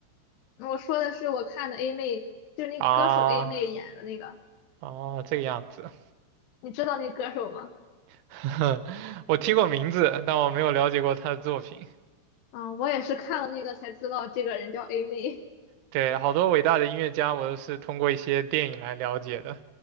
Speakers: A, on the left (about 70°); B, on the right (about 75°).
A: 我说的是我看的 A 妹，就是那歌手
B: 啊
A: A 妹演的那个，
B: 啊，这个样子。
A: 你知道那歌手吗？
B: <laughs> 我听过名字，但我没有了解过他的作品。
A: 啊，我也是看了那个才知道这个人叫 A 妹，
B: 对，好多伟大的音乐家，我都是通过一些电影来了解的。